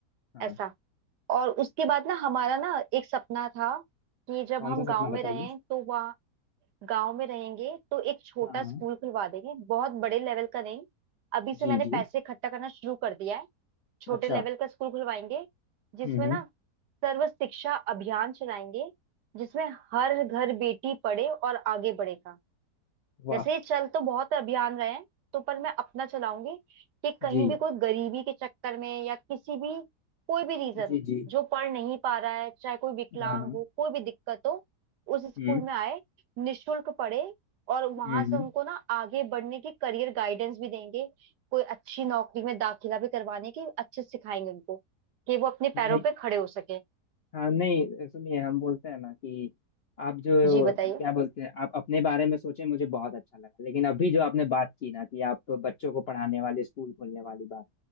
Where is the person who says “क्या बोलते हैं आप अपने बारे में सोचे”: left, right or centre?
Left